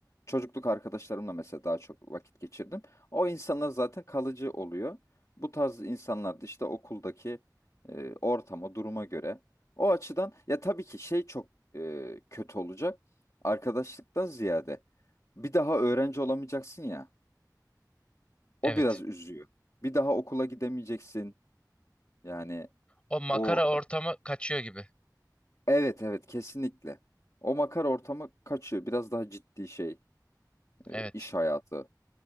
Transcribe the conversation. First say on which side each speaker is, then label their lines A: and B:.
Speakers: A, on the left; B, on the left.
A: çocukluk arkadaşlarımla mesela daha çok vakit geçirdim. O insanlar zaten kalıcı oluyor. Bu tarz insanlar da işte okuldaki e, ortama, duruma göre o açıdan ya tabii ki şey çok e, kötü olacak. Arkadaşlıktan ziyade bir daha öğrenci olamayacaksın ya.
B: Evet.
A: O biraz üzüyor. Bir daha okula gidemeyeceksin. Yani
B: O makara
A: o
B: ortamı kaçıyor gibi.
A: evet evet kesinlikle. O makar ortamı kaçıyor. Biraz daha ciddi şey, e,
B: Evet.
A: iş hayatı,